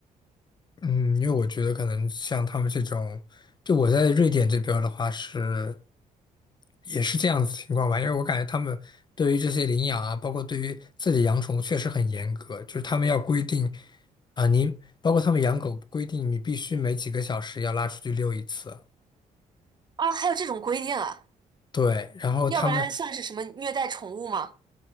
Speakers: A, on the left; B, on the right.
A: 嗯，因为我觉得可能像他们这种，就我在瑞典这边儿的话是也是这样子情况吧，因为我感觉他们对于这些领养啊，包括对于自己养宠物确实很严格，就是他们要规定啊，你包括他们养狗规定你必须每几个小时要拉出去遛一次，
B: 啊。还有这种规定啊，
A: 对，然后他们
B: 要不然算是什么虐待宠物吗？